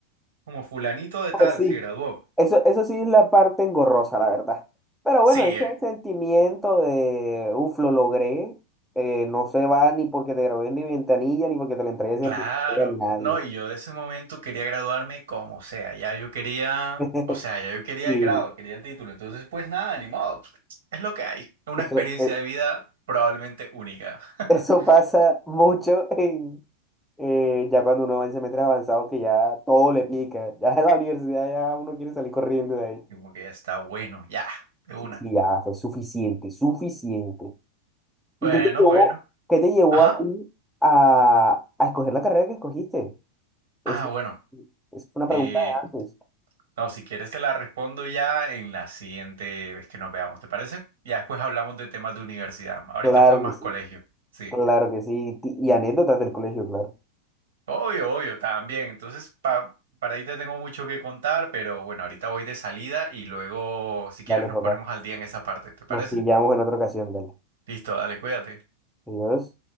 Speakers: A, on the right; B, in the centre.
A: Como fulanito de
B: pues
A: tal
B: sí,
A: se graduó.
B: eso, eso sí es la parte engorrosa, la verdad. Pero
A: Sí,
B: bueno, ese
A: eh,
B: sentimiento de, uff, lo logré, eh, no se va ni porque te grabé en mi ventanilla, ni porque te lo entregué ese
A: claro.
B: día a nadie.
A: No, y yo de ese momento quería graduarme como sea. Ya yo quería,
B: <laughs>
A: o sea, ya yo quería
B: Sí,
A: el grado, quería el título. Entonces, pues nada, ni modo. pues, Es lo que hay. Una
B: eso,
A: experiencia
B: eh,
A: de vida probablemente única. <laughs>
B: eso pasa mucho en, eh, ya cuando uno va en semestres avanzados que ya todo le pica, ya <laughs> en la universidad ya uno quiere salir corriendo de ahí.
A: Como que ya está bueno, ya, de
B: Sí,
A: una.
B: sí, ya fue suficiente, suficiente.
A: Bueno,
B: ¿Y qué te llevó,
A: bueno.
B: qué te llevó
A: Ajá.
B: a ti a, a escoger la carrera que escogiste? Eso,
A: Ah, bueno.
B: es una pregunta
A: Eh,
B: de antes.
A: no, si quieres te la respondo ya en la siguiente vez que nos veamos, ¿te parece? Ya después hablamos de temas de universidad. Ahorita
B: Claro
A: fue más
B: que sí,
A: colegio. Sí.
B: claro que sí. Ti- Y anécdotas del colegio, claro.
A: Obvio, obvio, también. Entonces, pa- para ahí te tengo mucho que contar, pero bueno, ahorita voy de salida y luego, si quieres,
B: Dale,
A: nos
B: papá.
A: ponemos al día en esa parte. ¿Te parece?
B: Nos pillamos en otra ocasión, dale.
A: Listo, dale, cuídate.
B: Adiós.